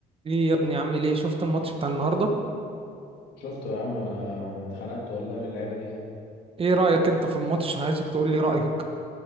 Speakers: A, on the right; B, on the left.
A: ايه يا ابني عامل ايه شفت الماتش بتاع النهارده
B: شفت يا عم انا اتخنقت والله من اللعيبه دي
A: ايه رأيك انت في الماتش عايزك تقول لي رأيك